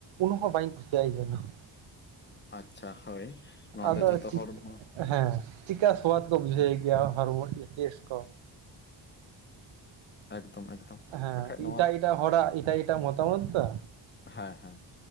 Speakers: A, on the right; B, on the left.
A: ᱩᱹ ᱦᱚᱸ ᱵᱟᱹᱧ ᱠᱩᱥᱤᱭᱟ ᱭᱱᱟᱼᱼ
B: ᱟᱪᱪᱷᱟ ᱦᱳᱭ᱾ ᱱᱚᱣᱟ
A: ᱟᱫᱚ
B: ᱫᱚ ᱡᱷᱚᱛᱚ ᱦᱚᱲ ᱢᱟ
A: ᱦᱮᱸ ᱪᱤᱠᱟ ᱥᱣᱟᱫ ᱠᱚ ᱵᱩᱡᱷᱟᱹᱣ ᱜᱮᱭᱟ ᱦᱚᱲᱢᱚ ᱴᱮᱥᱴ ᱠᱚ
B: ᱮᱠᱫᱚᱢ ᱮᱠᱫᱚᱢ
A: ᱦᱮᱸ
B: ᱵᱟᱠᱷᱟᱡ ᱱᱚᱣᱟ
A: ᱤᱴᱟ ᱤᱴᱟ ᱦᱚᱲᱟᱜ ᱤᱴᱟ ᱤᱴᱟ ᱢᱚᱛᱟ ᱢᱚᱛ ᱛᱚ᱾
B: ᱦᱮᱸ ᱦᱮᱸ